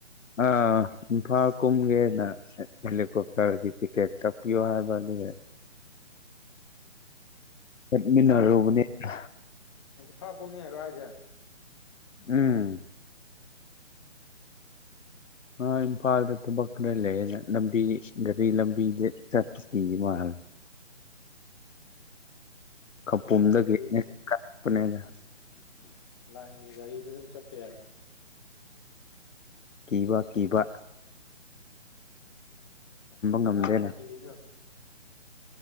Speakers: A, on the left; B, on the left.
A: ꯑ ꯏꯝꯐꯥꯜ ꯀꯨꯝꯒꯦꯅ ꯍꯦꯂꯤꯀꯣꯞꯇꯔꯒꯤ ꯇꯤꯛꯀꯦꯠ ꯀꯛꯄꯤꯌꯣ ꯍꯥꯏꯕꯗꯨꯒꯤ꯫ ꯆꯠꯃꯤꯟꯅꯔꯨꯕꯅꯦꯗ꯫
B: ꯊꯥ ꯀꯨꯝꯅꯤ ꯉꯥꯏꯔꯣ ꯍꯥꯏꯁꯦ꯫
A: ꯎꯝ ꯑ ꯏꯝꯐꯥꯜꯗ ꯊꯕꯛ ꯈꯔ ꯂꯩꯌꯦꯅꯦ ꯂꯝꯕꯤ ꯒꯔꯤ ꯂꯝꯕꯤꯗ ꯆꯠꯄ ꯀꯤ ꯃꯥꯜꯂꯦ꯫ ꯈꯄꯨꯝꯗꯒꯤ
B: ꯂꯥꯏꯟ ꯒꯥꯔꯤ
A: ꯅꯦꯠ ꯀꯥꯏ ꯄꯨꯅꯦꯗ
B: ꯂꯥꯏꯟꯒꯤ ꯒꯥꯔꯤꯗ ꯁꯨꯝ ꯆꯠꯄ ꯌꯥꯏꯌꯦꯅ꯫
A: ꯀꯤꯕꯥ-ꯀꯤꯕꯥ
B: <unintelligible> ꯀꯅꯥꯕꯨ
A: ꯉꯝꯗꯦꯅ
B: ꯀꯤꯔꯤꯅꫭ꯫